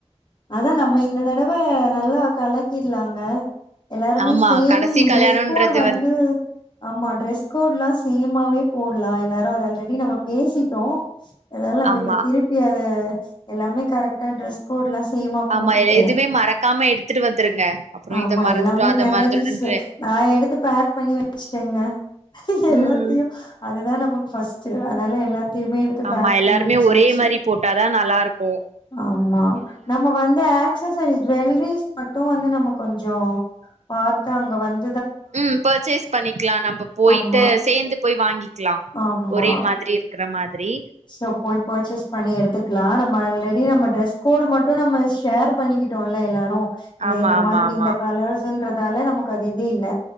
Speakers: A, on the left; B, on the right.
A: அதா நம்ம இந்த தடவ நல்லா கலக்கிட்லாங்க எல்லாருமே
B: ஆமா
A: சேம்
B: கடைசி கல்யாணோன்றது
A: ட்ரெஸ் கோடு வந்து ஆமா ட்ரெஸ் கோட்ல்லா சேமாவே போடலா எல்லாரு அத ஆல்ரெடி நம்ம பேசிட்டோ அதால நம்ம
B: ஆமா
A: இப்ப திருப்பி அத எல்லாமே கரெக்ட் ட்ரெஸ் கோட்லா சேமா போட்டுட்டு
B: ஆமா எதுவுமே மறக்காம எடுத்துட்டு வந்துருங்க அப்றோ
A: ஆமா
B: இத மறந்துட்டோ
A: எல்லாமே
B: அத
A: மெமரி
B: மறந்துட்டோன்ட்டு
A: ஸ்சு நா எடுத்து பேக் பண்ணி வச்சுட்டேங்க எல்லாத்தையு
B: ம்
A: அதுதா நமக்கு ஃபர்ஸ்ட்டு அதனால எல்லாத்தையுமே எடுத்து
B: ஆமா
A: பேக்
B: எல்லாருமே
A: பண்ணி வச்சாச்சு.
B: ஒரே மாரி போட்டாதா நல்லாருக்கு
A: ஆமா நம்ம வந்து ஆக்சசரிஸ் ஜுவல்ரிஸ் மட்டு வந்து நம்ம கொஞ்ஜோ பாத்தா அங்க வந்
B: ம் பர்ச்சேஸ் பண்ணிக்கலா நம்ம போயிட்டு
A: ஆமா
B: சேந்து போய் வாங்கிக்கலா
A: ஆமா
B: ஒரே மாரி மாதிரி இருக்கிற மாதிரி
A: சோ போய் பர்ச்சேஸ் பண்ணி எடுத்துக்கலாம் நம்ம அல்ரெடி
B: ம்
A: நம்ம ட்ரெஸ் கோடு மட் டும் நம்ம ஷேர் பண்ணிக்கிட்டோல்ல எல்லாரு இந்த
B: ஆமா
A: இந்த
B: ஆமா
A: மாதிரி
B: ஆமா
A: இந்த காலர்ஸ்ன்றதால நம க்கு அது இது இல்ல